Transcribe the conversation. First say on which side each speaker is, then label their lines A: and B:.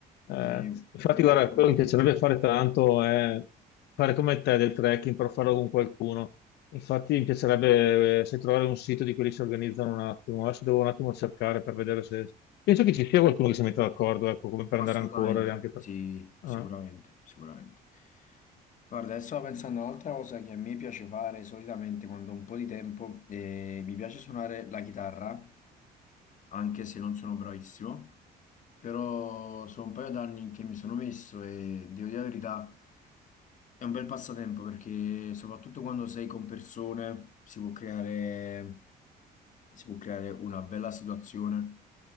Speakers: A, on the left; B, on the left.
A: Eh,
B: Eh,
A: infatti,
B: io,
A: guarda,
B: ecco,
A: quello che mi piacerebbe fare tanto è fare come te del trekking, però farlo con qualcuno. Infatti, mi piacerebbe eh, se trovare un sito di quelli che si organizzano un attimo. Adesso devo un attimo cercare per vedere se... Penso che ci sia qualcuno che si metta d'accordo, ecco, come per
B: Assolutamente,
A: andare a correre, anche per...
B: sì, sicuramente,
A: eh,
B: sicuramente. Guarda, adesso stavo pensando a un'altra cosa che a me piace fare solitamente quando ho un po' di tempo e mi piace suonare la chitarra, anche se non sono bravissimo, però sono un paio d'anni che mi sono messo e devo dire la verità, è un bel passatempo perché soprattutto quando sei con persone si può creare, si può creare una bella situazione